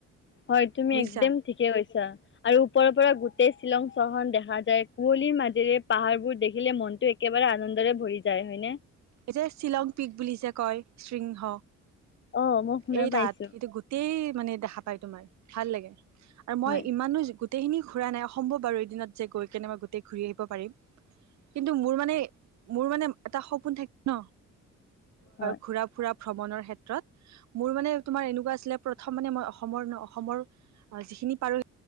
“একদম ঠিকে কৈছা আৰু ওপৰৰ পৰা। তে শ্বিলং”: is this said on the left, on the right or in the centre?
Left